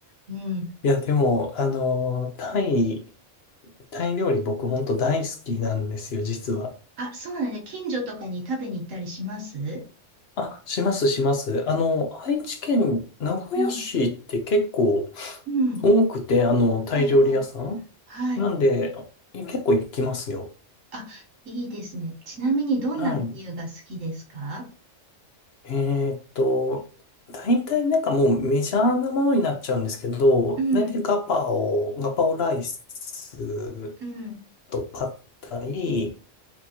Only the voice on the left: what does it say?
いや、でも、あの、タイ、タイ料理僕本当大好きなんですよ、実は。
あ、します、します。あの、愛知県名古屋市って結構
多くて、あの、タイ料理屋さん
なんで、結構行きますよ。
はい。えーっと、大体なんかもうメジャーなものになっちゃうんですけど、
大体ガパオ、ガパオライス
とパッタイ